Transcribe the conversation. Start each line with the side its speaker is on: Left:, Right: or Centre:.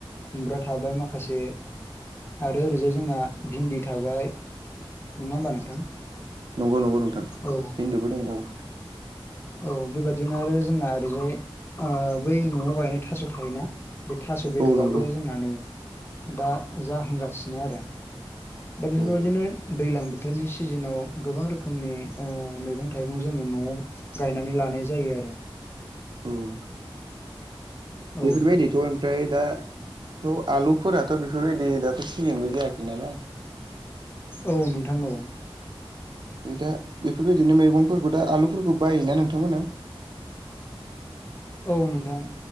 Left: खुमब्रा थाबाय माखासे आरो ओरैजाय जोंहा भिन्दि थाबाय नङा होमबा नों थां‌
Right: नंगौ नंगौ नोंथां
Left: औ
Right: <inaudible> औ
Left: औ बेबायाददिनो आरो जोंना ओरैजाय अ बै न'आव गायनो थास' थायोना बे थास' बेदराबो
Right: औ नंगौ
Left: जोंना नै दा जाहांगासिनो आरो। दा बेफोरबायदिनो
Right: औ
Left: दैलां बोथोरनि सिजोनाव गोबां रोखोमनि ओ मैगं थाइगं जोङो न'आव गायनानै लानाय जायो आरो।
Right: औ
Left: औ
Right: बेफोरबायदिथ' ओमफ्राय दा थ' आलुफोराथ' बेफोरबायदि दाथ' सिजेनबो जायाखै नालाय
Left: औ नोंथां औ।
Right: ओमफ्राय दा बेफोरबायदिनो मैगंफोरखौ दा आलुफोरखौ बायोना नोंथांमोना
Left: औ नोंथां